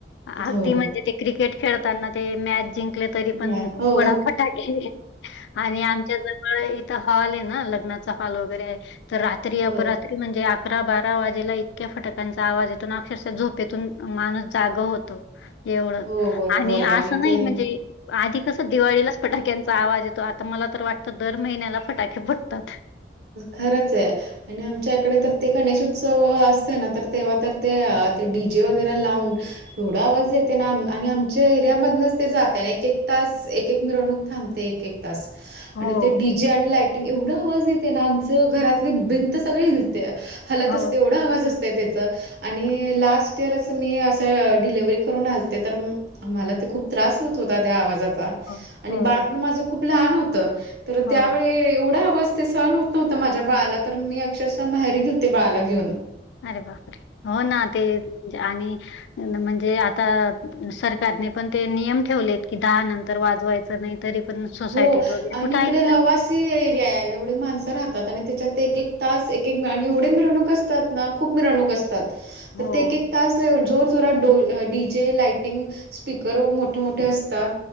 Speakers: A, on the left; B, on the right.
A: अगदी
B: हो
A: म्हणजे ते क्रिकेट खेळताना ते मॅच जिंक तरी पण,
B: नाही
A: थोडाफटा
B: हो
A: केे आणि आमच्या जर इथं हॉल आहे ना लग्नाचा हॉल वगैरे, तर रात्री अपरात
B: हो
A: म्हणजे अकरा बारा वाजेला इतक्या फटकांचा आवाज येतो ना, अक्षरश झोप तेथून माणूस जाग होतो एवढं
B: हो बरोबर
A: आणि
B: आहे
A: असं नाही
B: ते
A: म्हणजे आधी कसं दिवाळीलाच फटाक्यांचा आवाज येतो आता मला तर वाटतं दर महिन्याला फटाके पडतात
B: खरंच आहे आणि आमच्या इकडे तर ते गणेश उत्सव असते ना तर तेव्हा तर ते ते डी जे वगैरे लावून. एवढा आवाज येत ना आणि आमच्या एरियामधूनच ते जाते आणि एक एक तास एक एक मिरवणूक थांबते एक एक आणि
A: हो.
B: ते डीजे आणि लाटिंग एवढा आवाजेत. ना आमच घरातले भिंत सगळे हिलते हलत
A: हो,
B: असते एवढा आवाज असते. त्याच आणि
A: हो,
B: लास्ट अस मी अस डिलेव्ही करून आलते तर मला ते खूप त्रास होत होता त्या आवाजाचा
A: हो,
B: आणि
A: हो,
B: बाळ पण माझ खूप लहान होत तर
A: हो.
B: त्यावेळी एवढा आवाज सण होत नव्हंत माझ्या बाळाला तर मी अक्षरशः माहेरी घे होते बाळाला घेऊन.
A: अरे बाप रे हो ना ते आणि म्हणजे आता सरकारने पण ते नियम ठेवलेत की दहा नंतर वाजवायचं नाही. तरी पण सोसायटीत
B: हो
A: वगैरे
B: आणि
A: कुठे
B: इकडे
A: आहेेतात.
B: रहिवासी एरिया एवढे माणसं राहतात आणि त्याच्यात एक एक तास एक आणि एवढे मिरवणूक अस. त्यात ना खुप मिरवणक असत्यात.
A: हो,
B: तर ते एक एक तास तोरा डो डी जे, लाइटिंग स्पीकर मोठे मोठे असतात.